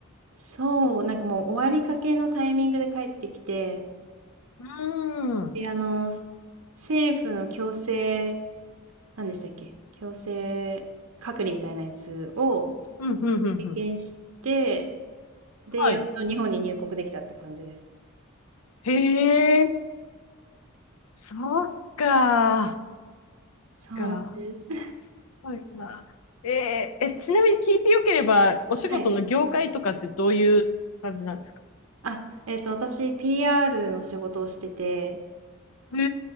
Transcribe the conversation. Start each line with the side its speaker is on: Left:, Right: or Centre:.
Right: そう、なんかもう終わりかけのタイミングで帰ってきて、
Left: うーん、うん、
Right: で、あの、政府の強制、何でしたっけ強制隔離みたいなやつを、
Left: うん、うん、うん。
Right: 経験して、で、
Left: はい。
Right: やっと日本に入国できたって感じです。
Left: へえ、そっか、
Right: そうなんです。
Left: か。
Right: <laughs>
Left: はいな。えーえ、ちなみに聞いてよければ、お仕事の業界とかってどういう感じなんですか
Right: はい。あ、えっと、私、PR の仕事をしてて、
Left: へ